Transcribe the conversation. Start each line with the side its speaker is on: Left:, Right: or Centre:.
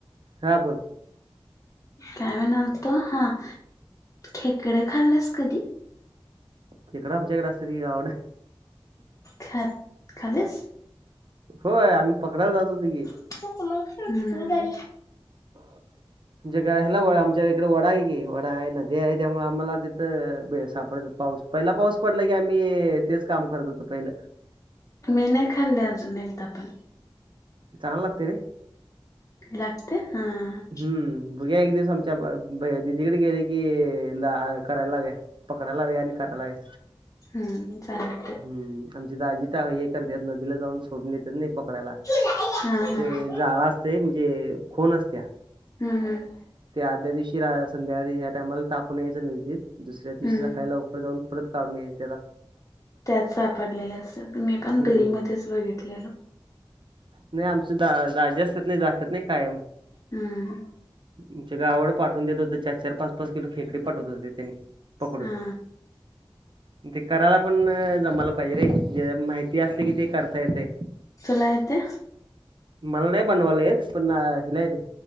Right: हा बोल.
Left: काय म्हणालता? हा, खेकडे खाल्लास कधी.
Right: खेकडा आमच्याकडे असतेत की गावकड.
Left: खात खाल्लेस?
Right: होय आम्ही पकडायला जात होतो की.
Left: हम्म.
Right: <unintelligible> जग आ हेला व आमच्या इकडं वडा हाय की, वडा हाय नदी हाय त्यामुळं आम्हाला तिथं सापडत्यात. पाऊस पहिला पाऊस पडला की आम्ही, तेच काम करत होतो पहिलं
Left: मी नाय खाल्ले अजून एकदा पण
Right: चांगल लागतंय ते
Left: लागते हां, हां
Right: हम्म. बगुया एक दिवस आमच्या ब दिदीकडं गेल की आ करायं लाव्या. पकडा लावूया आणि कराय लावूया.
Left: हम्म चालतंय
Right: हम्म आमचे दाजी त्या हे करत्यात नदीला जाऊन सोडून येत्यात नी पकडायला
Left: हा हा.
Right: ते
Left: हम्म
Right: जाळ अस तय म्हणजे खोल असत्या
Left: हम् हम्
Right: ते आदल्या दिवशी रा, संध्याकाळी ह्या टायमाला टाकून यायचं नदीत, दुसऱ्या दिवशी
Left: हम्म
Right: सकाळी लवकर जाऊन परत काढून यायचं.
Left: त्यात सापडलेल्या असतं मी पण
Right: हम्म
Left: बेल मध्येच बघितलेलो.
Right: नाही आमच दा, दाजी असतात नही, जात्यात नाही कायम
Left: हम्म.
Right: आमच्या गावाकडं पाठवून देत होते चार -चार, पाच -पाच किलो फेकडी पाठवत होते ते त्यांनी पकडून.
Left: हा
Right: <unintelligible> करायला पण जमाला पाहिजे रे. जे माहिती असली, कि ते करता येतय.
Left: तुला येतय?
Right: मला नाय बनवायला येत, पण हिला येते,